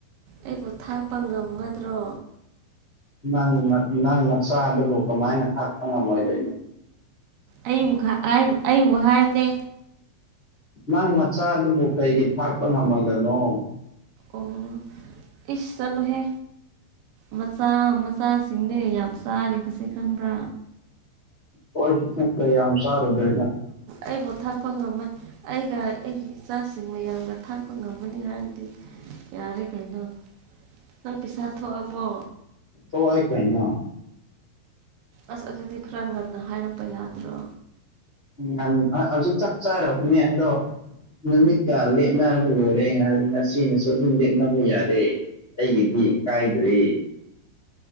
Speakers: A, on the right; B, on the left.
A: ꯑꯩꯕꯨ ꯊꯥꯛꯄ ꯉꯝꯒꯗ꯭ꯔꯣ
B: ꯅꯪ ꯅꯪ ꯃꯆꯥꯗꯨꯕꯨ ꯀꯃꯥꯏꯅ ꯊꯥꯛꯄ ꯉꯝꯃꯣꯏꯗꯣꯏꯅꯣ
A: ꯑꯩꯕꯨ ꯑꯩꯕꯨ ꯍꯥꯏꯕꯅꯦ
B: ꯅꯪ ꯃꯆꯥꯗꯨꯕꯨ ꯀꯩꯒꯤ ꯊꯥꯛꯄ ꯉꯝꯃꯣꯏꯗꯣꯏꯅꯣ
A: ꯑꯣ ꯏꯁ ꯆꯠꯂꯨꯍꯦ ꯃꯆꯥ ꯃꯆꯥꯁꯤꯡꯅꯦ ꯌꯥꯝ ꯆꯥꯔꯤꯕꯁꯦ ꯈꯪꯕ꯭ꯔꯥ
B: ꯑꯣꯣꯏ ꯆ ꯅ ꯀ ꯁꯔ ꯗ
A: ꯑꯩ ꯣꯊꯥ ꯐꯣꯟ ꯅꯃꯥꯏ ꯑꯩꯒ ꯑꯩꯒꯤ ꯏꯆꯥꯁꯤꯡ ꯃꯌꯥꯝꯒ ꯊꯥꯛꯄ ꯉꯝꯃꯅꯤ ꯍꯥꯏꯔꯗꯤ ꯌꯥꯔꯦ ꯀꯩꯅꯣ ꯅꯪ ꯄꯩꯁꯥ ꯊꯣꯛꯑꯕꯣ
B: ꯊꯏ ꯀꯥꯏꯅ
A: ꯑꯁ ꯑꯗꯨꯗꯤ ꯈꯔ ꯉꯟꯅ ꯍꯥꯏꯔꯛꯄ ꯌꯥꯗ꯭ꯔꯣ
B: ꯌꯥꯝ ꯍꯧꯖꯤꯛ ꯆꯞ ꯆꯥꯔꯕꯅꯦ ꯑꯗꯣ ꯅꯗꯤ ꯀꯜꯅ ꯂꯣꯏꯔꯦ ꯁꯤꯅꯁꯨ ꯑꯗꯨꯝ ꯂꯦꯞꯅꯕ ꯌꯥꯔꯦ ꯑꯩꯒꯤꯗꯤ ꯀꯥꯏꯗ꯭ꯔꯦ